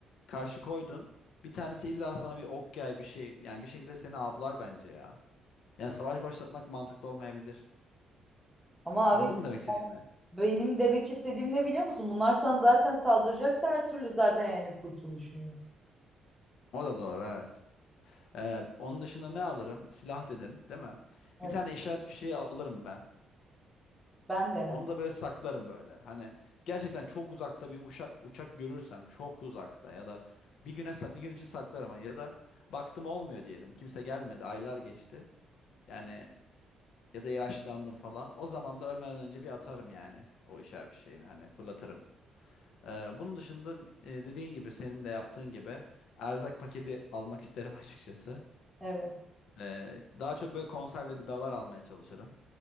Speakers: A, on the left; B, in the centre.
A: karşı koydun. Bir tanesi illa sana bir ok yay bir şey yani bir şekilde seni avlar bence ya. Yani savaş başlatmak mantıklı olmayabilir.
B: Ama
A: Anladın
B: abi
A: mı demek istediğimi?
B: Benim demek istediğim ne biliyor musun? Bunlar sana zaten saldıracaksa her türlü zaten yani kurtuluşun yok.
A: O da doğru evet. Ee, onun dışında ne alırım? Silah dedim, değil mi?
B: Evet.
A: Bir tane işaret fişeği alırım ben.
B: Ben de ya.
A: Onu da böyle saklarım böyle. Hani gerçekten çok uzakta bir uçak uçak görürsem çok uzakta ya da bir güne sa- bir gün için saklarım hani ya da baktım olmuyor diyelim. Kimse gelmedi, aylar geçti. Yani ya da yaşlandım falan. O zaman da ölmeden önce bir atarım yani o işaret fişeğini hani fırlatırım. Ee, bunun dışında e, dediğin gibi senin de yaptığın gibi erzak paketi almak isterim <laughs> açıkçası.
B: Evet.
A: Ee, daha çok böyle konserve gıdalar almaya çalışırım.